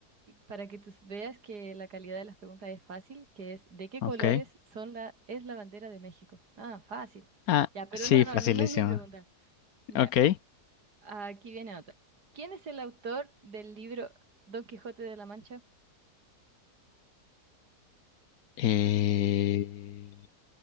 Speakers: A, on the right (about 85°); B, on the left (about 70°).
A: para que tú veas que la calidad de las preguntas es fácil, que es ¿de qué
B: Ok.
A: colores son la, es la bandera de México? Ah, fácil.
B: Ah,
A: Ya, pero
B: sí,
A: no, no,
B: facilísimo.
A: no, no es mi pregunta. Ya,
B: Ok.
A: aquí viene otra. ¿Quién es el autor del libro Don Quijote de la Mancha?
B: Eh,